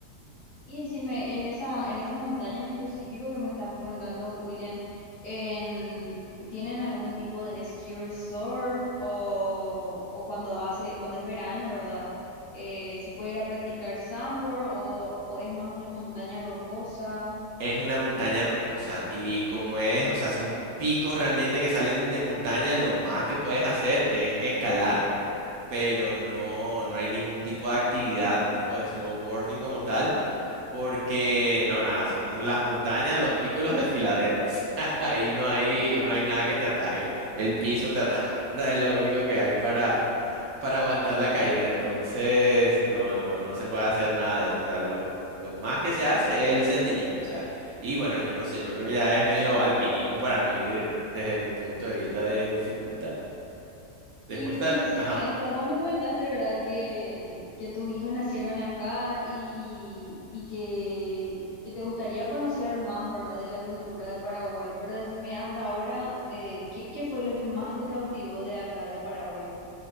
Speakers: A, on the left; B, on the right.
A: Y decime, en esa, en esa montaña en específico que me estás comentando, William, en, ¿tienen algún tipo de ski resort o, o cuando hace, cuando es verano, ¿verdad? Eh, ¿se puede ir a practicar sandboard o, o es más una montaña rocosa?
B: Es una montaña rocosa y como es, o sea, son picos realmente que salen de montaña, lo más que puedes hacer es escalar, pero no, no hay ningún tipo de actividad tipo de snowboarding como tal. Porque no, nada, son las montañas, los picos y los desfiladeros. <laughs> Ahí no hay,
A: Ya,
B: no hay nada que te ataje. El piso te ataja, <laughs> ¿verdad? Es lo único que hay para, para aguantar la
A: sí,
B: caída. Entonces,
A: sí.
B: no, no, no se puede hacer nada de eso. O sea, lo, lo más que se hace es el senderismo. O sea, y bueno, yo no sé, yo creo que ya es medio alpinismo para mí de- desde mi punto de vista de dificultad. Después
A: Y,
B: está,
A: y decime,
B: ajá.
A: o sea, vos me comentaste, ¿verdad? Que, que tus hijos nacieron acá y, y que, que te gustaría conocer más, ¿verdad? De la cultura de Paraguay. Pero decime, hasta ahora, eh, ¿qué, qué fue lo que más te cautivó de acá, de Paraguay?